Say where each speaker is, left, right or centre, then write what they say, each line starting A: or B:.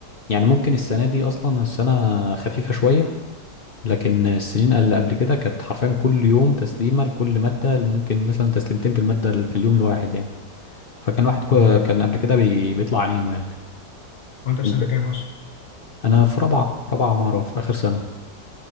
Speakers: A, on the left; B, on the left.
A: يعني ممكن السنة دي اصلا السنة خفيفة شوية لكن السنين اللي قبل كده كانت حرفيا كل يوم تسليمة لكل مادة ممكن مثلا تسليمتين في المادة في اليوم الواحد يعني فكان واحد كو-
B: اه
A: كان قبل كده بي... بيطلع عينه يعني
B: هو انت في
A: انت
B: سنه كام اصلا
A: انا في رابعة في رابعة عمارة في اخر سنة